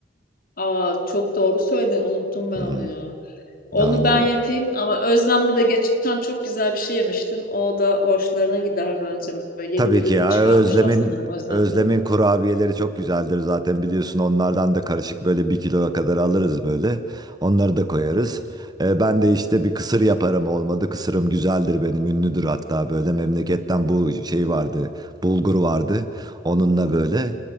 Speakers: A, on the left (about 50°); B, on the right (about 20°).
A: Aa çok doğru söyledin unuttum ben
B: Hmm.
A: onu ya. Onu
B: Yani
A: ben yapayım ama Özlem'de de geçen çok güzel bir şey yemiştim. O da hoşlarına gider bence. Böyle
B: Tabii
A: yeni bir
B: ki
A: ürün
B: ya
A: çıkarmışlar
B: Özlem'in
A: sanırım Özlem
B: Özlem'in
A: Fırın.
B: kurabiyeleri çok güzeldir zaten biliyorsun onlardan da karışık böyle bir kiloya kadar alırız böyle onları da koyarız. Ee, ben de işte bir kısır yaparım olmadı kısırım güzeldir benim ünlüdür hatta böyle memleketten bu şey vardı bulgur vardı onunla böyle.